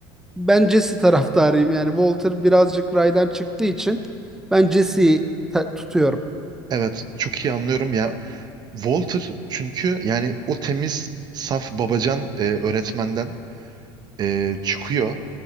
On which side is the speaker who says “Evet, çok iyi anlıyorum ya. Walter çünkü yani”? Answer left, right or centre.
Right